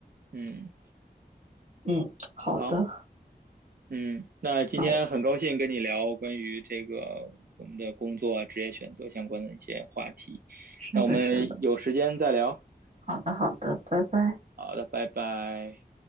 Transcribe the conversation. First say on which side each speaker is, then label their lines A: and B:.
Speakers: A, on the right; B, on the right.
A: 嗯，
B: 嗯，好的，
A: 好。嗯，那今天很高兴跟你聊关于这个我们的工作啊、
B: 那我
A: 职业选择相关的一些话题。
B: 是的，
A: 那我们有时间再聊。
B: 是的，好的，好的，拜拜。
A: 好的，拜拜。